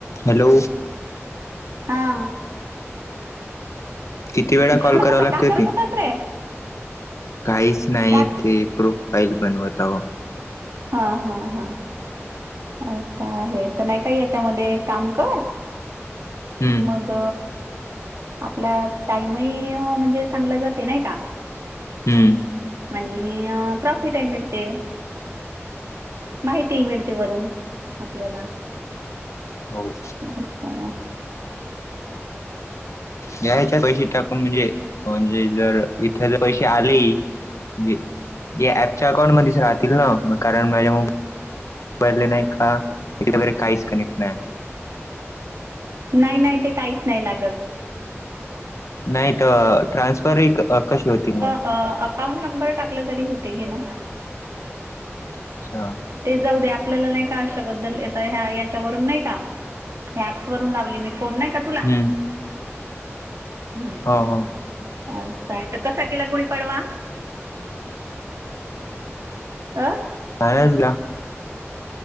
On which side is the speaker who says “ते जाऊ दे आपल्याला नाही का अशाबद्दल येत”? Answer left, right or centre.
Right